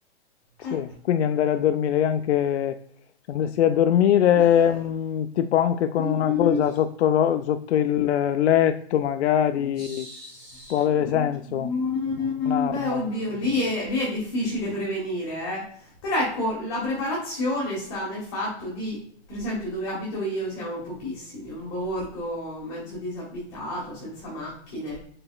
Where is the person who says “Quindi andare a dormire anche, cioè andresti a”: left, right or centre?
Left